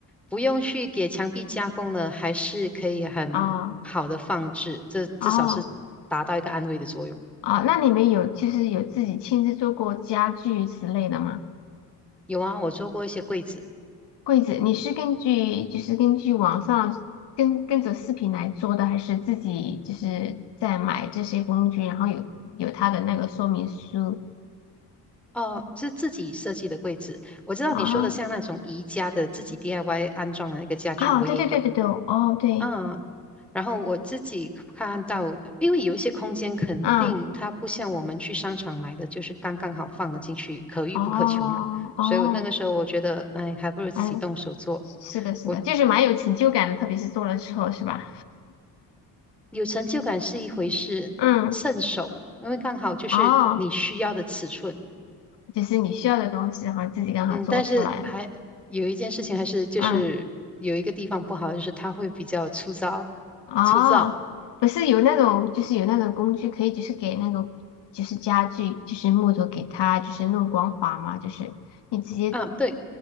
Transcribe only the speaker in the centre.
不用去给墙壁加工了，还是可以很好的放置，
这至少是达到一个安慰的作用。
有啊，我做过一些柜子，
哦，是自己设计的柜子。我知道你说的像那种宜家的自己
DIY 安装的那个家具，
我也有。
嗯，然后我自己看到，因为有一些空间肯定它不像我们去商场买的，
就是刚刚好放了进去，可遇不可求嘛。
所以我那个时候我觉得，哎，还不如自己动手做。
我
有成就感是一回事，
趁手，因为刚好就是你需要的尺寸，
嗯，但是还有一件事情，还是就是有一个地方不好，
就是它会比较粗糙，
粗糙。
啊，对，